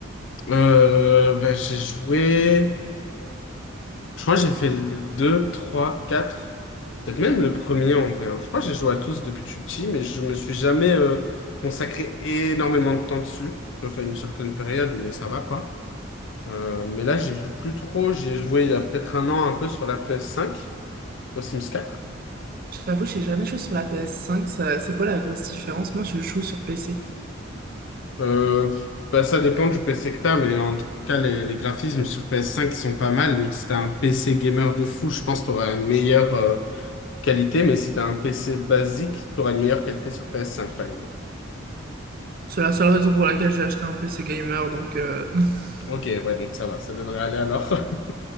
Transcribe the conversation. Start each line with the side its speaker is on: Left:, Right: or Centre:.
Left: Euh, ben, j'ai joué... Je crois que j'ai fait le 2, 3, 4. Peut-être même le premier en vrai. hein. Je crois que j'ai joué à tous depuis que je suis petit, mais je me suis jamais euh, consacré énormément de temps dessus. J'ai fait une certaine période, mais ça va quoi. Euh, mais là, j'y joue plus trop. J'y ai joué il y a peut-être un an un peu sur la ps cinq au Sims 4.
Right: Je t'avoue, j'ai jamais joué sur la ps cinq. ça- C'est quoi la grosse différence? Moi, je joue sur PC.
Left: Euh, bah, ça dépend du PC que t'as, mais en tout cas, les, les graphismes sur PS5, ils sont pas mal. Donc, si t'as un PC gamer de fou, je pense que t'auras une meilleure euh, qualité. Mais si t'as un PC basique, t'auras une meilleure qualité sur PS5, par exemple.
Right: C'est la seule raison pour laquelle j'ai acheté un PC gamer, donc euh, <laughs>
Left: Ok, ouais, donc ça va, ça devrait aller alors. <laughs>